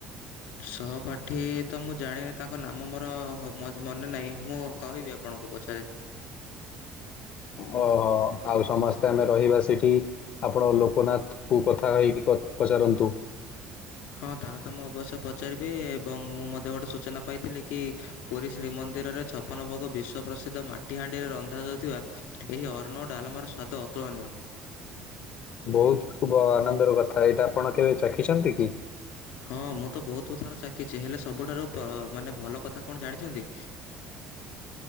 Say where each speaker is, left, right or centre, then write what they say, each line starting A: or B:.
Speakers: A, on the left; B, on the left.
A: ସହପାଠୀ ତ ମୁଁ ଜାଣିନି ତାଙ୍କ ନାମ ମୋର ମନେ ନାହିଁ ମୁଁ କହିବି ଆପଣଙ୍କ ପଛରେ
B: ଓହୋ ଆଉ ସମସ୍ତେ ଆମେ ରହିବା ସେଠି। ଆପଣ ଲୋକନାଥ କୁ କଥା ହେଇକି ପଚାରନ୍ତୁ।
A: ହଁ ତାହା ତ ମୁଁ ଅବଶ୍ୟ ପଚାରିବି ଏବଂ ମୁଁ ମଧ୍ୟ ଗୋଟେ ସୂଚନା ପାଇଥିଲି କି ପୁରୀ ଶ୍ରୀମନ୍ଦିରରେ ଛପନ ଭୋଗ ବିଶ୍ଵ ପ୍ରସିଦ୍ଧ ମାଟିହାଣ୍ଡିରେ ରନ୍ଧାଯାଉଥିବା। ଏହି ଅର୍ଣ ଡାଲମାର ସ୍ଵାଦ ଅତୁଳନୀୟ।
B: ବହୁତ ଆନନ୍ଦର କଥା ଏଇଟା ଆପଣ କେବେ ଚାଖିଛନ୍ତି କି
A: ହଁ ମୁଁ ତ ବହୁତ୍ ବହୁତ୍ ଥର ଚଖିଛି ହେଲେ ସବୁଠାରୁ ଭ ମାନେ ଭଲ କଥା କଣ ଜାଣିଛନ୍ତି
B: ହ